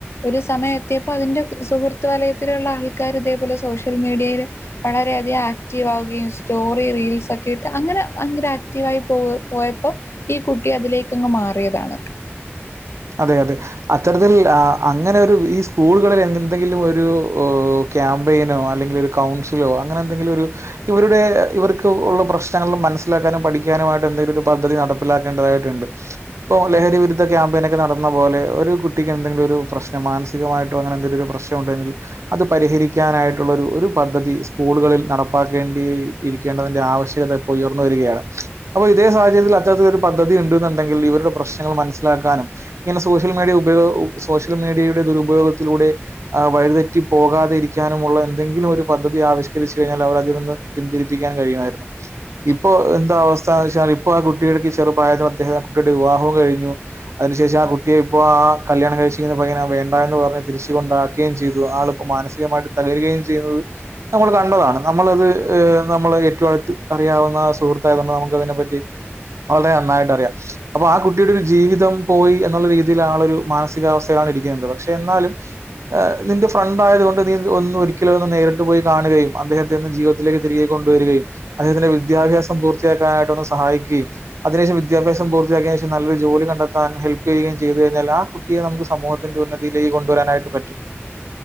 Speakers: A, on the left; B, on the right.
A: ഒര് സമയം എത്തിയപ്പോ അതിന്റെ സുഹൃത്ത് വാലയത്തിലുള്ള ആൾക്കാര് ഇതേപോലെ സോഷ്യൽ മീഡിയ്ല് വളരെയധികം ആക്റ്റീവ് ആവുകയും സ്റ്റോറി റീൽസ് ഒക്കെ ഇട്ട് അങ്ങനെ ഭയങ്കര ആക്റ്റീവായി പോ പോയപ്പോ ഈ കുട്ടി അതിലേക്കങ്ങ് മാറിയതാണ്
B: അതെ അതെ അത്തരത്തിൽ ആ അങ്ങനെ ഒരു ഈ സ്കൂളുകളില് എന്തെങ്കിലും ഒരു ഓ ക്യാമ്പയിനോ അല്ലെങ്കില് ഒരു കൗൺസിലോ അങ്ങനെ എന്തെങ്കിലും ഒരു ഇവരുടെ ഇവർക്ക് ഉള്ള പ്രശ്നങ്ങളും മനസ്സിലാക്കാനും പഠിക്കാനുമായിട്ട് എന്തെലോക്കെ ഒര് പദ്ധതി നടപ്പിലാക്കേണ്ടതായിട്ട്ണ്ട് ഇപ്പൊ ലഹരിവിരുദ്ധ ക്യാമ്പയിനെ നടന്ന പോലെ ഒരു കുട്ടക്ക് എന്തെങ്കിലൊരു പ്രശ്നം മാനസികമായിട്ടോ അങ്ങനെ എന്തെങ്കിലും പ്രശ്നം ഉണ്ടെങ്കില് അത് പരിഹരിക്കാനായിട്ടുള്ള ഒര് ഒരു പദ്ധതി സ്കൂളുകളിൽ നടപ്പാക്കേണ്ടി ഇരിക്കേണ്ടതന്റെ ആവശ്യകത ഇപ്പോ ഉയർന്ന് വരികയാണ് അപ്പൊ ഇതേ സാഹചയത്തിൽ അത്തരത്തിത്തിലുള്ളാ ഒര് പദ്ധതി ഇണ്ട്ന്ന്ണ്ടങ്കിൽ ഇവരുടെ പ്രശ്നങ്ങളും മനസ്സിലാക്കാനും ഇങ്ങനെ സോഷ്യൽ മീഡിയ ഉപയോഗ സോഷ്യൽ മീഡിയയുടെ ദുരുപയോഗത്തിലൂടെ ആ വഴിതെറ്റി പോകാതെ ഇരിക്കാനുമുള്ള എന്തെങ്കിലും ഒരു പദ്ധതി ആവിഷ്കരിച്ച് കഴിഞ്ഞാൽ അവരതിൽ നിന്ന് പിന്തിരിപ്പിക്കാനും കഴിയുമായിര്
A: <inaudible>
B: ഇപ്പൊ എന്താ അവസ്ഥന്ന് വെച്ചാൽ ഇപ്പൊ ആ കുട്ടിയടക്ക് ചെറുപായത്തിൽ അദ്ദേഹം ആ കുട്ടിയുടെ വിവാഹവും കഴിഞ്ഞു അതിനു ശേഷം ആ കുട്ടിയെ ഇപ്പോ ആ കല്യാണം കഴ്ച്ച്ക്ക്ന്ന പയ്യനെ വേണ്ട എന്ന് പറഞ്ഞ് തിരിച്ചു കൊണ്ടാക്ക്യേം ചെയ്തു. ആളിപ്പോ മാനസികമായിട്ട് തകരുകയും ചെയ്തത് നമ്മൾ കണ്ടതാണ് നമ്മളത് നമ്മള് ഏറ്റവും അടുത്ത് അറിയാവുന്ന സുഹൃത്തായതൊണ്ട് നമുക്ക്തിനെപ്പറ്റി വളരെ നന്നായിട്ട് അറിയാം അപ്പൊ ആ കുട്ടിയുടെ ഒരു ജീവിതം പോയി എന്നുള്ള രീതിയില ആളൊ ഒരു മാനസികാവസ്ഥയിലാണ് ഇരിക്കുന്നത് പക്ഷെ എന്നാലും ് നിന്റെ ഫ്രണ്ട് ആയതത് കൊണ്ട് നീ ഒന്ന് ഒരിക്കലോ ഒന്ന് നേരിട്ട് പോയി കാണുകയും അദ്ദേഹത്തി നിന്ന് ജീവിത ത്തിലേക്ക് തിരികെ കൊണ്ടുവരികയും അദ്ദേഹത്തിന്റെ വിദ്യാഭ്യാസം പൂർത്തിയാക്കാനായിട്ടൊന്ന് സഹായിക്കുകയും അതിനശേഷം വിദ്യാഭ്യാസം പൂർത്തിയാക്കിയ നേശം നല്ലരു ജോലി കണ്ടെ ത്താൻ ഹെൽപ് ചെയ്യുകയും ചെയ്തു കിഞ്ഞാൽ ആ കുട്ടിയെ നമുക്ക് സമൂഹത്തിന്റെ ഉന്നതിയിലേക്ക് കൊണ്ടുവരാനായിട്ട് പറ്റും